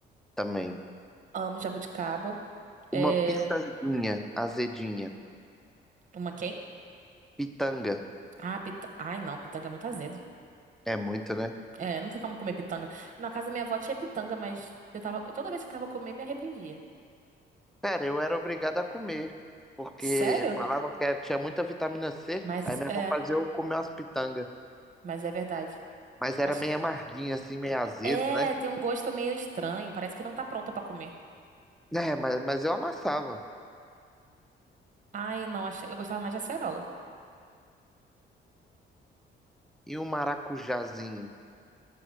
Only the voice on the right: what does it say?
Amo jabuticaba.
É...
Uma quem?
Ah, pitanga. Ai, não, pitanga é muito azedo.
É, não tem como comer pitanga. Na casa da minha avó tinha pitanga, mas eu tava... eu- toda vez que eu tava comendo, me arrependia.
Sério?
Mas
é,
mas é verdade.
Acho
é,
tem um gosto meio estranho, parece que não tá pronta pra comer.
Ai, não, acho- eu gostava mais de acerola.